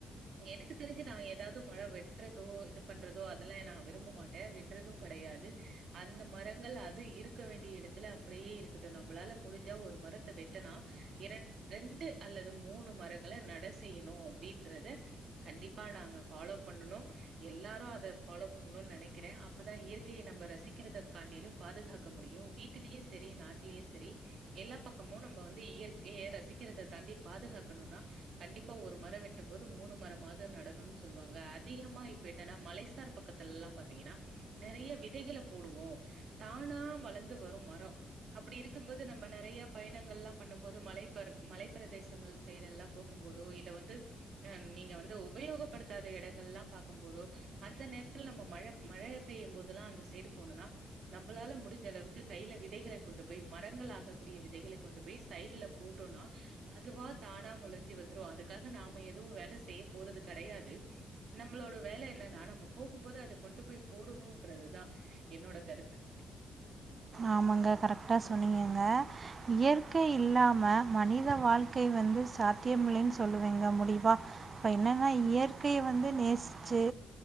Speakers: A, on the right (about 65°); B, on the right (about 35°).
A: எனக்கு தெரிஞ்சு நா ஏதாவது மரோ வெட்றதோ இது பண்றதோ அதெல்லா நா விரும்ப மாட் அ வெட்றது கிடையாது அந்த மரங்கள் அது இருக்க வேண்டிய இடத்துல அப்படியே இரு இங்கிட்டு நம்மளால முடிஞ்சா ஒரு மரத்த வெட்டனா இரண் ரெண்டு அல்லது மூன் று மரங்கள நட செய்யணு அப்டின்றத கண்டிப்பா நாங்க ஃபாலோ பண்ணுனு எல்லாரு அத ஃபாலோ பண்ணணும்னு நினைக்கிறே அப்பதா இயற்கைய நம்ம ரசிக்கிறதக்காண்டிலும் பாதுகாக்க முடியு வீட்டிலயு சரி நாட்டிலயு சரி எல்லா பக்கமு நம்ம வந்து இயற்கையை ரசிக்கிறத தாண்டி பாதுகாக்கணுன்னா கண்டிப்பா ஒரு மரம் வெட்டும் போது மூணு மரமாது நடணும்னு சொல்லுவாங்க அதிகமா இப்ப என்னன்னா மலைசார் பக்கத்துல எல்லா பாத்தீங்கன்னா நெறைய விதைகள போடுவோ தானா வளர்ந்து வரு மரோ அப்டி இருக்கும் போது நம்ம நறையா பயணங்கள் லா பண்ணும் போது மலை பர் மலை பிரதேசங்கள் சைடு எல்லா போகும் போதோ இல்ல வந்து அ நீங்க வந்து உபயோகப்படுத்தாத இடங்கள்லா பாக்கும் போதோ அந்த நேர்த்துல நம்ம மழ மழை பெய்யு போதுலா அந்த சைடு போணுனா நம்மளால முடிஞ்ச அளவுக்கு கையில விதைகளை கொண்டு போய் மரங்கள் ஆக கூடிய விதைகள கொண்டு போய் சைடில போட்டோனா அதுவா தானா முளஞ்சி வந்துரு அதுக்காக நாம எதுவு வேலை செய்ய போறது கிடையாது நம்மளோட வேல என்னனா நம்ப போகும் போது அத கொண்டு போய் போடணுன்றதுதா என்னோட கருத்து
B: ஆமாங்க கரெக்டா சொன்னீங்கங்க இயற்கை இல்லாம மனித வாழ்க்கை வந்து சாத்தியமில்லைன்னு சொல்லுவீங்க முடியுமா இப்ப என்னன்னா இயற்கைய வந்து நேசிச்சு